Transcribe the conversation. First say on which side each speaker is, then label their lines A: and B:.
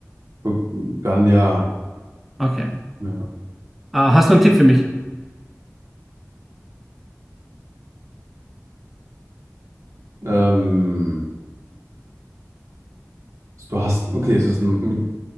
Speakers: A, on the right; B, in the centre.
A: okay. Dann ja.
B: Okay.
A: ja.
B: Äh, hast du einen Tipp für mich?
A: Ähm, du hast, okay, es ist ein,